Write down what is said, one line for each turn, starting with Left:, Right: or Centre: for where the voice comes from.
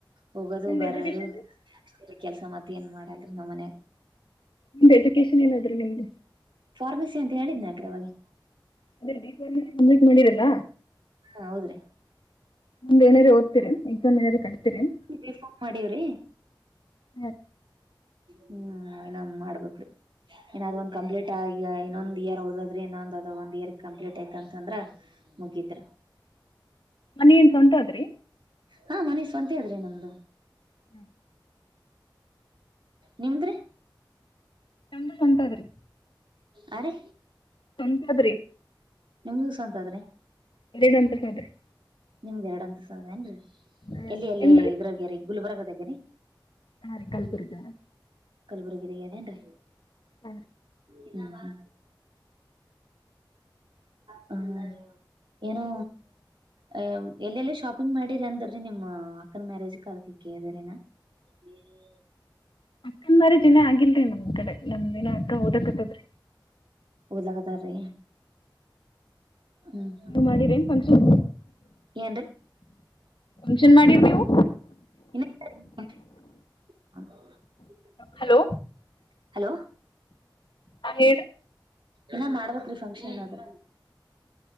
Right: ಹೋಗೋದು
Left: ನಿಮ್ದ್
Right: ಬರದು.
Left: ಎಜುಕೇಶನ್ ರೀ
Right: ಅಷ್ಟೇ ರಿ ಕೆಲ್ಸ ಮತ್ ಏನ್ ಮಾಡಲ್ರಿ ನಮ್ ಮನೆಗೆ.
Left: ನಿಮ್ದು ಎಜುಕೇಶನ್ ಏನಾದ್ರ ನಿಮ್ದು.
Right: ಫಾರ್ಮಸಿ ಅಂತ ಹೇಳಿದ್ನಲ್ರಿ ಅವಾಗೆ.
Left: ಅಂದ್ರೆ ಬಿ ಫಾರ್ಮಸಿ ಕಂಪ್ಲೇಟ್ ಮಾಡಿರಲ್ಲ.
Right: ಹಾ ಹೌದ್ರಿ.
Left: ಮುಂದ್ ಏನಾರ ಓದ್ತಿರಿ ಏನ್ ಎಕ್ಸಮ್ ಏನಾರ ಕಟ್ತೀರೆನ್.
Right: B form ಮಾಡಿವ್ರಿ.
Left: ಹಾ
Right: ಹ್ಮ್ ಏನೋ ಮಾಡ್ಬೇಕ್ರಿ. ಏನಾದ್ ಒಂದ ಕಂಪ್ಲೀಟ್ ಆಗ ಇನ್ನೊಂದ ಇಯರ್ ಉಳ್ದಾದ್ರೆ ಇನ್ನೊಂದ್ ಅ ಒಂದ್ ಇಯರ್ ಕಂಪ್ಲೀಟ್ ಆಯ್ತ ಅಂತಂದ್ರ. ಮುಗಿತ್ರಿ.
Left: ಮನಿ ಏನ್ ಸ್ವಂತ ಆದ್ರಿ.
Right: ಹಾ ಮನೆ ಸ್ವಂತೆ ಆದ್ರಿ ನಮ್ದು.
Left: ಹ್ಮ್
Right: ನಿಮ್ದ್ರಿ.
Left: ನಮ್ದು ಸಂತದ್ರಿ.
Right: ಅ ರೀ
Left: ಸ್ವಂತ ಅದ್ರಿ
Right: ನಿಮ್ದ ಸ್ವಂತ ಅದ್ರಿ.
Left: ಎರಡ್ ಅಂತ ಸದ್ರರಿ.
Right: ನಿಮ್ದ ಎರಡಂತ ಸ ಏನ್ರಿ
Left: ಹಾಂ
Right: ಎಲ್ಲಿ ಅಲ್ಲಿ
Left: ನಿಮ್ದು ರೀ
Right: ಇದ್ರಾಗ್ಯರಿ ಗುಲ್ಬರ್ಗದಾಗರಿ.
Left: ಹಾ ರೀ ಕಲ್ಬುರ್ಗನ.
Right: ಕಲಬುರ್ಗಿದ ಇದಗ ಇದೇನ್ ರೀ.
Left: ಹ್ಮ
Right: ಹ್ಮ್ ಹ್ಮ ಏನೋ ಅ ಎಲ್ಲೆಲ್ಲ ಶಾಪಿಂಗ್ ಮಾಡಿರಿ ಅಂತ್ರಿ ನಿಮ್ಮ್ ಅಕ್ಕನ ಮ್ಯಾರೇಜ್ಗ ಅದಕ ಕೇಳ್ದರಿನಾ ಹ್ಮ್
Left: ಅಕ್ಕಂದ ಮ್ಯಾರೇಜ್ ಇನ್ನ ಆಗಿಲ್ರಿ ನಮ್ ಕಡೆ ನಮ್ ದಿನ ಅಕ್ಕ ಓದಕತ್ತದ್ರಿ
Right: ಒದ್ಲಾಕತ್ತಾರ್ ರಿ ಹ್ಮ ಹ್ಮ
Left: ಮಾಡಿರೇನ್ ಫಂಕ್ಷನ್
Right: ಏನ್ರೀ
Left: ಫುನ್ಕ್ಷನ್ ಮಾಡಿರ್ ನೀವು
Right: ಇನ್ನ ಇಲ್ಲ ರಿ ಹ <inaudible>
Left: ಹಲೋ
Right: ಹ್ಮ ಹಲೋ
Left: ಹ ಹೇಳರಿ
Right: ಏನ ಮಾಡ್ಬೇಕ್ ರಿ ಫಂಕ್ಷನ್ ಆದು